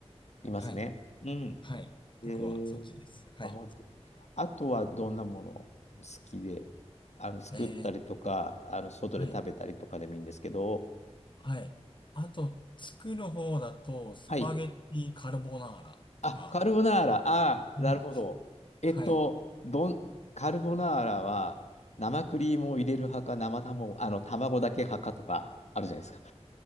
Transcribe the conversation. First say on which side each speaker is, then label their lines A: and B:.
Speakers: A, on the left; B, on the left.
A: いますね。
B: はい。
A: うん。
B: はい。
A: えー、
B: 僕はそっちです。はい。
A: あ、本当に。あとはどんなもの好きで、あの、作ったりとか、
B: えー、
A: あの、外で食べたりとかでもいいんですけど、
B: はい。はい。あと、作る方だと、スパゲッティカルボナーラが、
A: はい。あ、カルボナーラ。ああ、
B: はい。
A: なるほど。えっと、
B: はい
A: どん、カルボナーラは、生クリームを入れる派か、生卵、あの、卵だけ派かとか、あるじゃないですか。